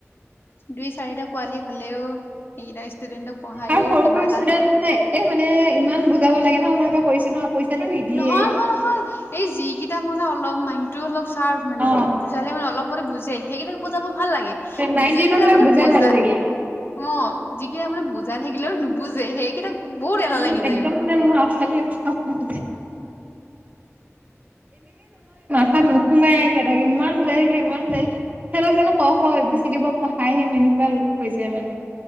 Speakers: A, on the left; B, on the right.
A: দুই চাৰিটা পোৱালি হলেও সেইকেইটা ষ্টুডেন্টক পঢ়ায়ো
B: আৰু সৰু
A: কিবা
B: সৰু
A: এটা
B: ষ্টুডেণ্ট মানে এ মানে ইমান বুজাব লাগে ন কৰিছিলো হা পইচাটো নিদিয়ে
A: নহয়, নহয়, নহয়। এই যিকেইটা মানে অলপ। অলপ মাইণ্ডটো অলপ চাৰ্ফ মানে
B: অ
A: বুজালে মানে অলপ বুজে সেইকেইাক বুজাব ভাল লাগে
B: নাইন
A: যিকেইটা
B: টেনৰ বিলাক
A: মানে
B: বুজাই
A: বুজা
B: ভাল লাগে
A: অ যিকেইটা মানে বুজাই থাকিলেও নুবুজে সেইকেইটাক বহুত এনা
B: উম
A: লাগি যায়গৈ
B: একদম মানে মোৰ আউফালি আউফালি তাত নোসোমাই সিহঁতক ইমান বুজাইছিলো ইমান বুজাইছিলে সিহঁতক <unintelligible> কি ভাল হৈছে মানে